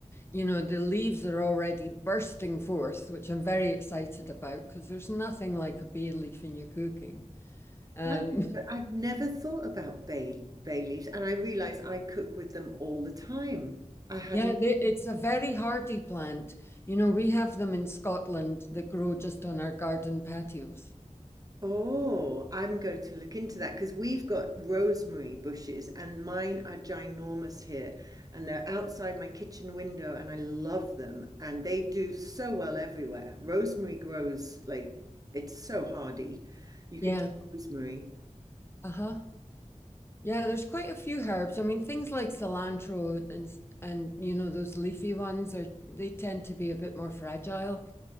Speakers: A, on the left (about 20°); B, on the right (about 30°).
A: you know the leaves are already bursting forth, which I'm very excited about because there's nothing like a bay leaf in your cooking. Um,
B: I've never, I've never thought about bay bay leaves, and I realize I cook with them all the time.
A: <laughs>
B: I hadn't.
A: yeah, they, it's a very hardy plant. You know, we have them in Scotland that grow just on our garden patios.
B: Oh, I'm going to look into that because we've got rosemary bushes, and mine are ginormous here, and they're outside my kitchen window, and I love them, and they do so well everywhere. Rosemary grows like it's so hardy. You could
A: Yeah.
B: do rosemary.
A: Uh-huh. Yeah, there's quite a few herbs. I mean, things like cilantro and s- and you know those leafy ones are they tend to be a bit more fragile